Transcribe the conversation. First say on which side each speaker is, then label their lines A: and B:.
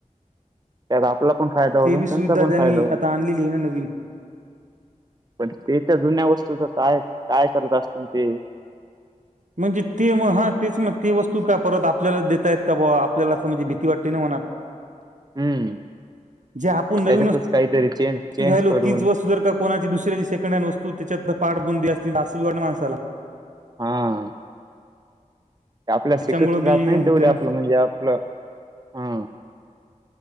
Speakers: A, on the right; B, on the right.
A: त्यात आपला पण फायदा
B: ते
A: होतो
B: बी
A: आणि
B: सुविधा
A: त्यांचा पण
B: त्यांनी
A: फायदा होतो.
B: आता आणलेली आहे ना नवीन
A: पण ते तर जुन्या वस्तूच काय, काय करत असतील ते?
B: म्हणजे ते मग हा तेचन ती वस्तू का परत आपल्याला देेतायत का बा आपल्याला असं म्हणजे भीती वाटतेना मनात.
A: हम्म
B: जे आपण नवीन
A: त्याच्यातच
B: वस्तू
A: काहीतरी चेंज चेंज
B: घ्यायलो
A: करून
B: तीच वस्तू जर का कोणाची दुसऱ्या सेकंड हँड वस्तु त्याच्यात पाडबन दे असंल ना माणसाला.
A: हा. आपल्या सिक्युरिट
B: त्याच्यामुळे मी
A: राहत नाही
B: होते
A: तेवढे
B: ना
A: आपलं म्हणजे आपलं हा.